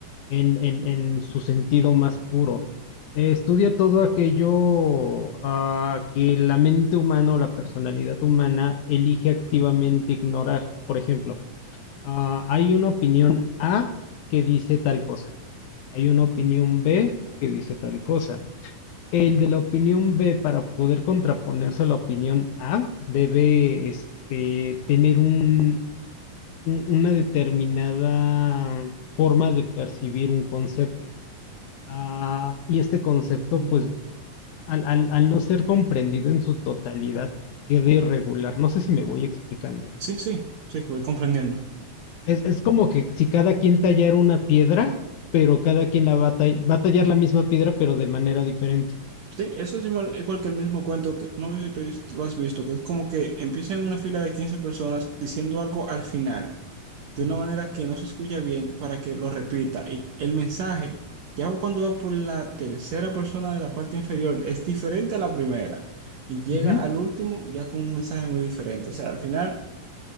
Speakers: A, on the left; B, on the right.
A: en, en- en su sentido más puro. Eh, estudia todo aquello ah, que la mente humana o la personalidad humana elige activamente ignorar. Por ejemplo, ah, hay una opinión A que dice tal cosa, hay una opinión B que dice tal cosa. El de la opinión B, para poder contraponerse a la opinión A, debe este, tener un- un- una determinada forma de percibir un concepto. Ah, y este concepto,
B: Mm,
A: pues, al, al- al no ser comprendido en su totalidad, queda irregular. No sé si me voy explicando.
B: sí, sí, sí, voy comprendiendo.
A: Es, es como que si cada quien tallara una piedra, pero cada quien la va a, tall- va a tallar la misma piedra, pero de manera diferente.
B: Sí, eso es igual, igual que el mismo cuento que no sé si tú has- lo has visto, que es como que empieza en una fila de 15 personas diciendo algo al final, de
A: Ujú.
B: una manera que no se escucha bien para que lo repita. Y el mensaje, ya cuando va por la tercera persona de la parte inferior, es diferente a la primera y llega
A: Ujú.
B: al último ya con un mensaje muy diferente. O sea, al final,